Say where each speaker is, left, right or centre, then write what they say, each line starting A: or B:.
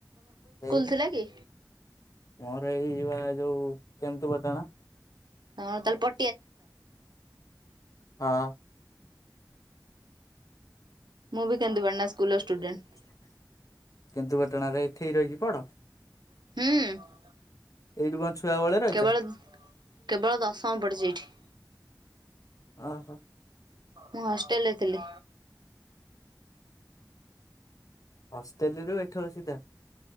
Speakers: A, on the left; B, on the right.
A: ସେ
B: ଥିଲା କି?
A: ମୋର ଏଇ ଯିବା ଯୋଉ କେନ୍ତୁ ପଟଣା।
B: ହଁ ତାହଲେ ପ
A: ହଁ
B: ମୁଁ ବି କେନ୍ଦୁ ପାଟଣା ସ୍କୁଲ ଅ ଷ୍ଟୁଡେଣ୍ଟ
A: ହ କେନ୍ଦୁପାଟଣାରେ ଏଠି ରହିଛି ପଢ
B: ହୁଁ
A: ଏଇଠୁ କଣ ଛୁଆ ବଳେ ରହିଛ?
B: କେବଳ କେବଳ ଦଶମ ପଡିଛି ଏଇଠି।
A: ଓହୋ
B: ମୁଁ ହଷ୍ଟେଲରେ ଥିଲି।
A: ହଷ୍ଟେଲେରୁ ଏଠ ସିଧା